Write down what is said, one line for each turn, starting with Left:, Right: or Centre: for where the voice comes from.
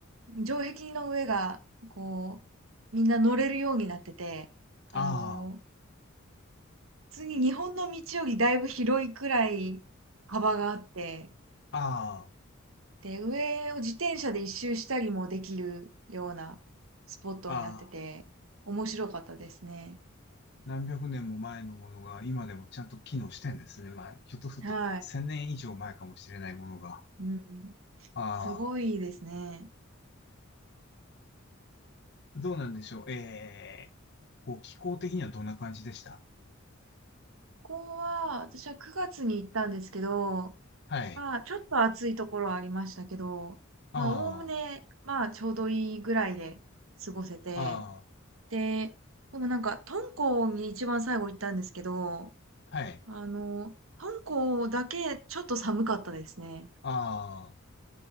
Right: 城壁の上が、こう、みんな乗れるようになってて、あの、
Left: あ、あ
Right: 普通に日本の道よりだいぶ広いくらい幅があって、
Left: あ、あ
Right: で、上を自転車で一周したりもできるようなスポットになってて、
Left: あ、ああ、
Right: 面白かったですね。
Left: 何百年も前のものが今でもちゃんと機能してんですね。まあ、ひょっとすると千年以上前かもしれないものが。
Right: はい。うん。
Left: あ
Right: すごいですね。
Left: あ、どうなんでしょう。ええ、こう、気候的にはどんな感じでした
Right: ここは、私は9月に行ったんですけど、
Left: はい。
Right: まあ、ちょっと暑いところはありましたけど、まあ、
Left: あ
Right: おおむね、まあ、ちょうどいいぐらいで過ごせて、
Left: あ、あ
Right: で、でもなんか、敦煌に一番最後行ったんですけど、
Left: あ、はい。
Right: あの、敦煌だけちょっと寒かったですね。
Left: ああ、